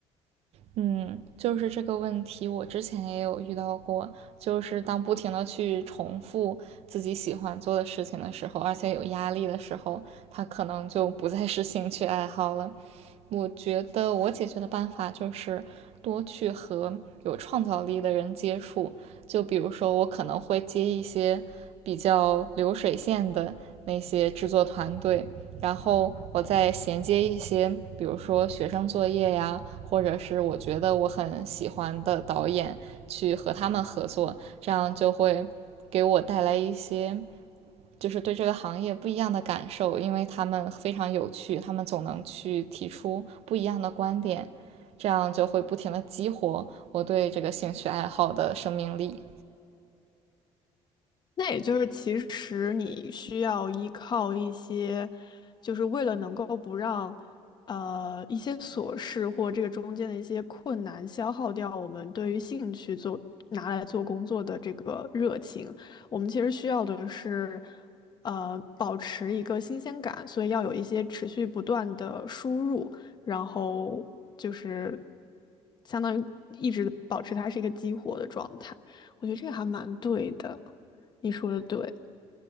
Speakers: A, on the right; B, on the left.
A: 嗯，就是这个问题，我之前也有遇到过。就是当不停的去重复自己喜欢做的事情的时候，而且有压力的时候，它可能就不再是兴趣爱好了。我觉得我解决的办法就是多去和有创造力的人接触。就比如说，我可能会接一些比较流水线的那些制作团队，然后我再衔接一些，比如说学生作业呀，或者是我觉得我很喜欢的导演去和他们合作，这样就会给我带来一些就是对这个行业不一样的感受，因为他们非常有趣，他们总能去提出不一样的观点，这样就会不停的激活我对这个兴趣爱好的生命力。
B: 那也就是，其实你需要依靠一些，就是为了能够不让，呃，一些琐事或这个中间的一些困难消耗掉我们对于兴趣做拿来做工作的这个热情。我们其实需要的是，呃，保持一个新鲜感，所以要有一些持续不断的输入，然后就是相当于一直保持它是一个激活的状态。我觉得这个还蛮对的。你说的对，